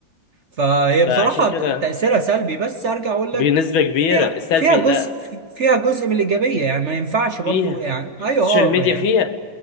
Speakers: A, on the right; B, on the left.
A: فهي
B: فعشان
A: بصراحه ت-
B: كده
A: تاثيرها سلبي بس ارجع اقول لك
B: بنسبة كبيرة
A: فيها
B: السلبي
A: فيها جزء
B: لا
A: فيها جزء من الايجابيه يعني ما ينفعش
B: فيها
A: برضو يعني ايوه
B: السوشيال
A: اه
B: ميديا
A: يعني
B: فيها